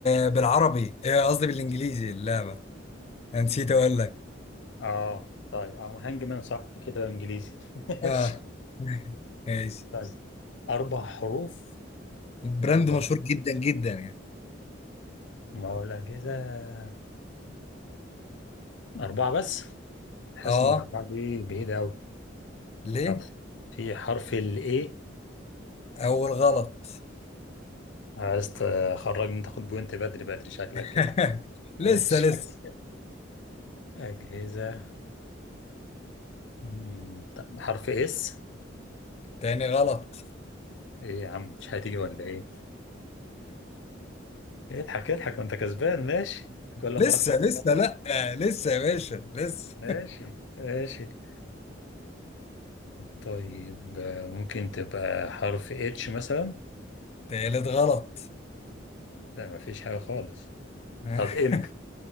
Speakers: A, on the left; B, on the left.
A: آه، بالعربي آه، قصدي بالانجليزي اللعبة انا نسيت
B: ب-
A: اقول لك
B: اه طيب اه هانج مان صح كده انجليزي <laughs>
A: اه
B: ماشي
A: <laughs> ماشي
B: طيب أربع حروف
A: براند
B: أربع
A: مشهور جدا جدا يعني
B: ما هو الأجهزة أربعة بس حاسس
A: اه
B: إن أربعة دي بعيدة أوي
A: ليه
B: طب في حرف ال A
A: أول غلط
B: عايز تخرجني تاخد بوينت بدري بدري شكلك
A: <laughs>
B: كده
A: لسه
B: ماشي.
A: لسه
B: <laughs> أجهزة مم، طب حرف اس
A: تاني غلط
B: ايه يا عم مش هتيجي ولا ايه اضحك اضحك وانت كسبان ماشي كل
A: لسه
B: ما أقعد-
A: لسه لأ لسه يا باشا لسه
B: ماشي ماشي طيب آه، ممكن تبقى حرف اتش مثلا
A: تالت غلط
B: لا مفيش حاجة خالص
A: <laughs>
B: طب ام